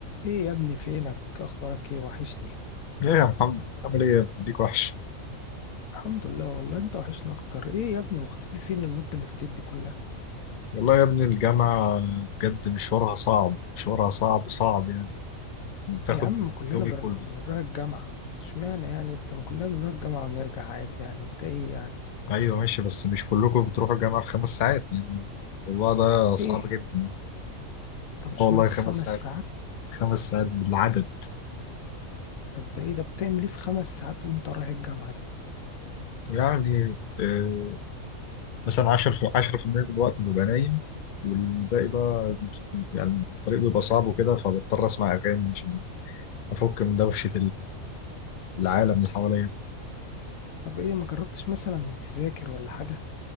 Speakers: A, on the left (about 80°); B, on the left (about 55°).
A: ايه يا ابني فينك اخبارك ايه وحشني
B: ايه يا محمد عامل ايه يا ابني ليك وحش
A: الحمد لله والله انت وحشنا اكتر ايه يا ابني مختفي فين المدة اللي فاتت دي كلها
B: والله يا ابني الجامعة بجد مشوارها صعب مشوارها صعب صعب يعني بتاخد
A: يا عم ما كلنا
B: يومي
A: بر-
B: كله
A: بنروح الجامعة اشمعنى يعني انت ما كلنا بنروح الجامعة ونرجع عادي يعني انت ايه يعني
B: ايوه ماشي بس مش كلكم بتروحوا الجامعة في خمس ساعات يعني والله ده صعب
A: ايه
B: جدا
A: انت مشوارك
B: آه والله
A: خمس
B: خمس ساعات
A: ساعات
B: خمس ساعات بالعدد
A: طب ده ايه ده بتعمل ايه في خمس ساعات وانت رايح الجامعة دي
B: يعني آه، مثلا 10 10% من الوقت ببقى نايم والباقي بقى يعني الطريق بيبقى صعب وكده فبضطر اسمع اغاني عشان افك من دوشة العالم اللي حواليا
A: طب ايه ما جربتش مثلا تذاكر ولا حاجة